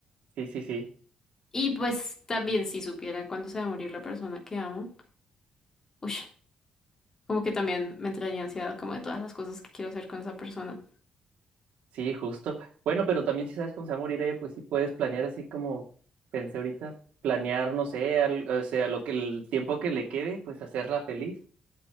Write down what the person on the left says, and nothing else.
Y pues también si supiera cuándo se va a morir la persona que amo, uy, como que también me entraría ansiedad como de todas las cosas que quiero hacer con esa persona.